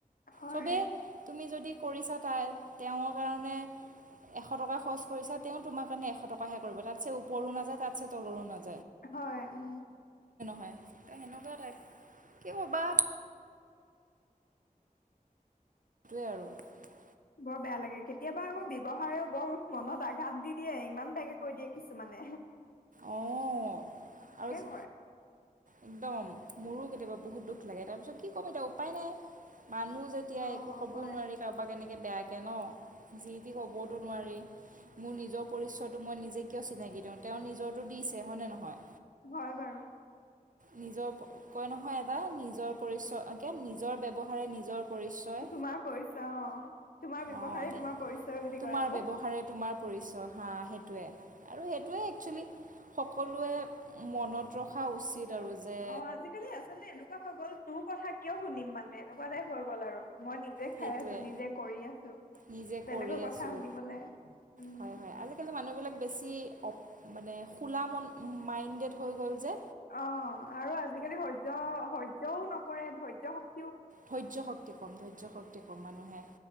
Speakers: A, on the left; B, on the right.
A: হয়
B: চবেই তুমি যদি ক কৰিছা তাই তেওঁৰ কাৰণে, এশ টকা খৰচ কৰিছা, তেওঁ তোমাৰ কাৰণে এশ টকাহে কৰিব। তাতছে ওপৰো নাযায় তাতছে তলৰো নাযা
A: হয়। উ
B: হয়, তাই সেনেকুৱা টাইপ কি ক'বা? সেইটোৱে আৰু ঢিপ ঢিপ।
A: বৰ বেয়া লাগে কেতিয়াবা আমাৰ ব্যৱহাৰেও বৰ মনত আঘাত দি দিয়ে ইমান বেয়াকে কৈ দিয়ে কিছুমানে এ হে।
B: অ অ অহ। আৰু যে
A: হয়
B: একদম মোৰ ও কেতিয়াবা বহুত দুখ লাগে, তাৰপিছত কি কম এতিয়া উপায় নাই। মানুহ যেতিয়া
A: অ
B: একো ক'ব
A: হয়
B: ও নোৱাৰি কাৰোবাক এনেকে বেয়াকে ন, যি তি ক'বওতো নোৱাৰি। মোৰ নিজৰ পৰিচয়টো মই নিজে কিয় চিনাকি দিওঁ তেওঁ নিজৰো দিছে হয়নে নহয়।
A: হয় বাৰু
B: নিজৰ ওপৰত কয় নহয় এটা নিজৰ পৰিচয়কে নিজৰ ব্যৱহাৰে নিজৰ পৰিচয়
A: তোমাৰ পৰিচয় অ অ অ। তোমাৰ ব্যৱহাৰে
B: অঁ দে
A: তোমাৰ পৰিচয় বুলি
B: তোমাৰ
A: কয় আকৌ
B: ব্যৱহাৰে তোমাৰ পৰিচয় হাঁ সেইটোৱে আৰু সেইটোৱে একচুৱেলি সকলোৱে মনত ৰখা উচিত। আৰু যে
A: অ আজিকালি আচলতে এনেকুৱা হৈ গ'ল তোৰ কথা কিয় শুনিম মানে এনেকুৱা টাইপ হৈ গ'ল আৰু মই নিজে
B: সেইটোৱে
A: খাই আছো নিজে কৰি আছো
B: নিজে
A: বেলেগৰ
B: কৰি
A: কথা
B: আছোঁ
A: শুনিবলে উম
B: হয় হয় আজিকালি মানুহবিলাক বেছি অপ মানে খোলা মন মাইণ্ডেড হৈ গ'ল যে,
A: অ আৰু আজিকালি সয্য সয্যয়ও নকৰে ধৈৰ্য্য শক
B: ধৈৰ্য্য শক্তি কম ধৈৰ্য্য শক্তি কম মানুহে